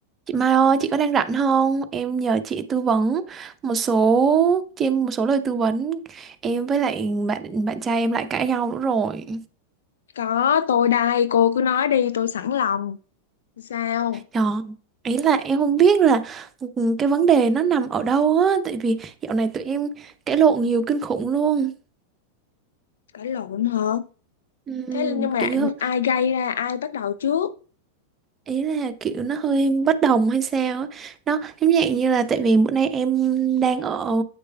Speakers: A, on the right; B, on the left.
A: Chị Mai ơi, chị có đang rảnh không? Em nhờ chị tư vấn một số cho em một số lời tư vấn. Em với lại bạn bạn trai em lại cãi nhau nữa rồi.
B: Có, tôi đây, cô cứ nói đi, tôi sẵn lòng. Sao?
A: Đó. Ấy là em không biết là ừ, ừ, cái vấn đề nó nằm ở đâu á, tại vì dạo này tụi em cãi lộn nhiều kinh khủng luôn.
B: Cãi lộn hả?
A: Ừm,
B: Thế nhưng mà
A: kiểu như
B: ai gây ra, ai bắt đầu trước?
A: ý là kiểu nó hơi bất đồng hay sao á nó giống dạng như là tại vì bữa nay em đang ở